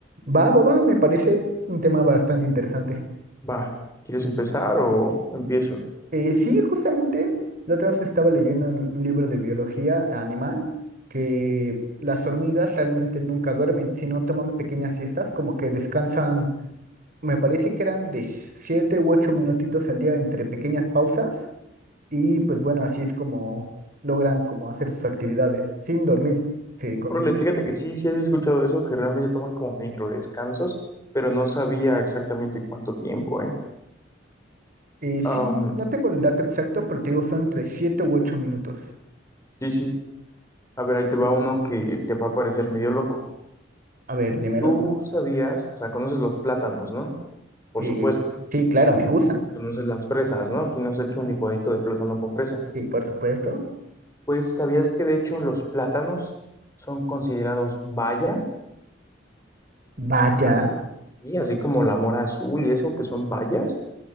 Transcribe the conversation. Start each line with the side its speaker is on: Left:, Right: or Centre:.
Right: Va, va, va, me parece un tema bastante interesante.
Left: Va. ¿Quieres empezar o empiezo?
Right: Eh, sí, justamente, la otra vez estaba leyendo un libro de biología animal que las hormigas realmente nunca duermen, sino toman pequeñas siestas, como que descansan, me parece que eran de siete u ocho minutitos al día entre pequeñas pausas Y pues bueno, así es como logran como hacer sus actividades sin dormir, se considera.
Left: Órale, fíjate que sí, sí había escuchado eso, que realmente toman como micro descansos, pero no sabía exactamente cuánto tiempo, ¿eh?
Right: sí,
Left: Am,
Right: no tengo el dato exacto, pero te digo, son entre siete u ocho minutos.
Left: sí, sí. A ver, ahí te va uno que te va a parecer medio loco.
Right: A ver, dímelo.
Left: Tú sabías, o sea, conoces los plátanos, ¿no? Por
Right: Eh,
Left: supuesto.
Right: sí, claro, me gustan.
Left: Conoces las fresas, ¿no? Aquí nos ha hecho un licuadito de plátano con fresa.
Right: Sí, por supuesto.
Left: Pues sabías que de hecho los plátanos son considerados bayas,
Right: Vaya.
Left: así, y así como la mora azul y eso, que son bayas,